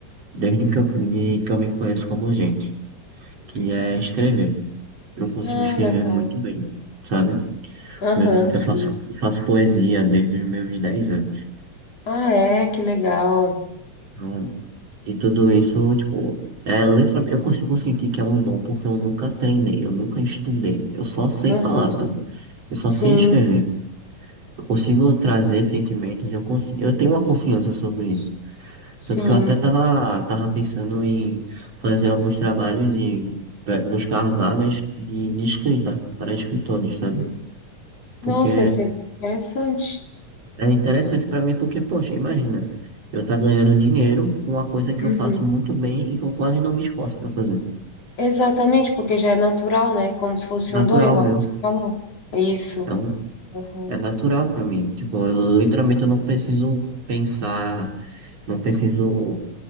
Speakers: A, on the right; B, on the left.
A: desde que eu, de, que eu me conheço como gente, que
B: Uhum.
A: é escrever. Eu consigo
B: Ah,
A: escrever
B: legal.
A: muito bem, sabe?
B: Aham,
A: Eu, fa- eu
B: sim.
A: faço, eu faço poesia desde os meus 10 anos.
B: Ah, é, que legal.
A: Então, e tudo isso, tipo, é, letra- eu consigo sentir que é um dom porque eu nunca treinei, eu nunca estudei, eu só sei
B: Uhum.
A: falar, sabe? Eu só
B: Sim,
A: sei escrever. Eu consigo trazer sentimentos, eu, consigo, eu tenho uma confiança sobre isso.
B: sim.
A: Tanto que eu até tava, tava pensando em fazer alguns trabalhos e pe- buscar vagas de, de escrita para escritores, sabe?
B: Uhum.
A: Porque
B: Nossa, ia ser bem interessante.
A: é interessante para mim, porque, poxa, imagina, eu tá ganhando dinheiro com uma coisa que
B: Uhum.
A: eu faço muito bem e que eu quase não me esforço para fazer.
B: Exatamente, porque já é natural, né? Como se fosse
A: É natural
B: um dom, igual
A: meu,
B: você falou. É Isso.
A: é, um,
B: Uhum.
A: é natural para mim. Tipo, eu, literalmente eu não preciso pensar, não preciso.